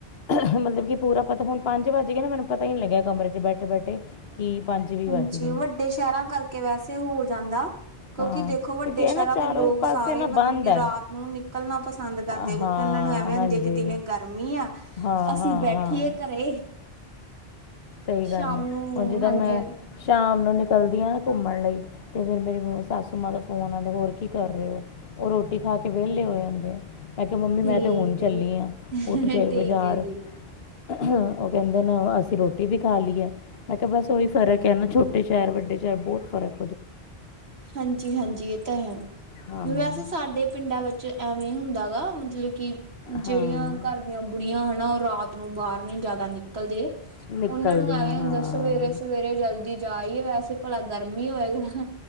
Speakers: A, on the left; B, on the right.
A: ਮਤਲਬ ਕਿ ਪੂਰਾ ਪਤਾ ਹੁਣ ਪੰਜ ਵੱਜ ਗਏ ਨਾ ਮੈਨੂੰ ਪਤਾ ਹੀ ਨਹੀਂ ਲੱਗਿਆ ਕਮਰੇ ਚ ਬੈਠੇ ਬੈਠ। ਕੀ ਪੰਜ ਵੀ
B: ਹਾਂਜੀ
A: ਵੱਜ ਗਏ
B: ਵੱਡੇ ਸ਼ਹਿਰਾਂ ਕਰਕੇ ਵੈਸੇ ਹੋ ਜਾਂਦਾ ਕਿਉਂਕਿ
A: ਹਾਂ
B: ਦੇਖੋ ਵੱਡੇ
A: ਕਿਉਂਕਿ ਇਹ
B: ਸ਼ਹਿਰਾਂ
A: ਨਾ ਚਾਰੋਂ
B: ਦੇ ਲੋਕ
A: ਪਾਸੇ
B: ਸਾਰੇ
A: ਨਾ
B: ਮਤਲਬ
A: ਬੰਦ
B: ਕਿ
A: ਹੈ
B: ਰਾਤ ਨੂੰ ਨਿਕਲਣਾ ਪਸੰਦ ਕਰਦੇ
A: ਹਾਂ
B: ਕਿਉਂਕਿ ਉਹਨਾਂ ਨੂੰ ਐਵੇਂ
A: ਹਾਂਜੀ
B: ਹੁੰਦੇ ਕਿ ਦਿਨੇ ਗਰਮੀ ਆ
A: ਹਾਂ
B: ਅਸੀਂ
A: ਹਾਂ
B: ਬੈਠੀਏ
A: ਹਾਂ
B: ਘਰੇ
A: ਸਹੀ
B: ਸ਼ਾਮ
A: ਗੱਲ ਹੈ
B: ਨੂੰ
A: ਹੁਣ ਜਿੱਦਾਂ
B: ਹਾਂਜੀ
A: ਮੈਂ ਸ਼ਾਮ ਨੂੰ ਨਿਕਲਦੀਆਂ ਨਾ ਘੁੰਮਣ ਲਈ ਤੇ ਫੇਰ ਮੇਰੀ ਸੱਸੂ ਮਾਂ ਦਾ ਫੋਨ ਆਉਂਦਾ ਹੋਰ ਕੀ ਕਰ ਰਹੇ ਹੋ। ਉਹ ਰੋਟੀ ਖਾ ਕੇ ਵਿਹਲੇ ਹੋ ਜਾਂਦੇ ਆ ਮੈਂ ਕਿਹਾ ਮੰਮੀ
B: ਠੀਕ
A: ਮੈਂ ਤੇ ਹੁਣ
B: ਹੈ
A: ਚੱਲੀ
B: ਜੀ।
A: ਆ ਉੱਠ ਕੇ
B: ਠੀਕ
A: ਬਜ਼ਾਰ
B: ਹੈ ਜੀ।
A: ਉਹ ਕਹਿੰਦੇ ਨਾ ਅਸੀਂ ਰੋਟੀ ਵੀ ਖਾ ਲਈ ਹੈ ਮੈਂ ਕਿਹਾ ਬਸ ਉਹੀ ਫਰਕ ਹੈ ਨਾ ਛੋਟੇ ਸ਼ਹਿਰ ਵੱਡੇ ਸ਼ਹਿਰ ਬਹੁਤ ਫ਼ਰਕ
B: ਹਾਂਜੀ ਹਾਂਜੀ ਇਹ ਤਾਂ ਹੈ
A: ਹਾਂ
B: ਵੈਸੇ ਸਾਡੇ ਪਿੰਡਾਂ ਵਿੱਚ ਐਵੇਂ ਹੁੰਦਾ ਗਾ ਮਤਲਬ ਕਿ ਜਿਹੜੀਆਂ
A: ਹਾਂ
B: ਘਰ ਦੀਆਂ ਬੁੜੀਆਂ ਹਨਾ ਉਹ ਰਾਤ ਨੂੰ ਬਾਹਰ ਨੀ ਜਿਆਦਾ ਨਿਕਲਦੇ
A: ਨਿਕਲਦੀ
B: ਉਹਨਾਂ ਨੂੰ ਐਵੇਂ
A: ਹਾਂ
B: ਹੁੰਦਾ
A: ਹਾਂ
B: ਸਵੇਰੇ ਸਵੇਰੇ ਜਲਦੀ ਜਾ ਆਈਏ ਵੈਸੇ ਭਲਾ ਗਰਮੀ ਹੋਵੇਗਾ